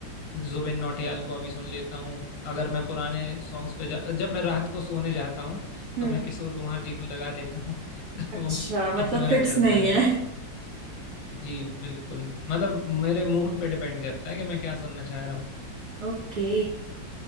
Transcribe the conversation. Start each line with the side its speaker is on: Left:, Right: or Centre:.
Left: जुबिन नौटियाल को अभी सुन लेता हूँ अगर मैं पुराने सॉन्ग्स पे जा जब मैं रात को सोने जाता हूँ
Right: हम्म
Left: तो मैं किशोर कुमार जी को लगा लेता हूँ <laughs> तो
Right: अच्छा मतलब
Left: ऐसा मेरा
Right: फिक्स
Left: चलता
Right: नहीं
Left: रहता
Right: है
Left: है जी बिल्कुल मतलब मेरे मूड पे डिपेंड करता है कि मैं क्या सुनना चाह रहा हूँ
Right: ओके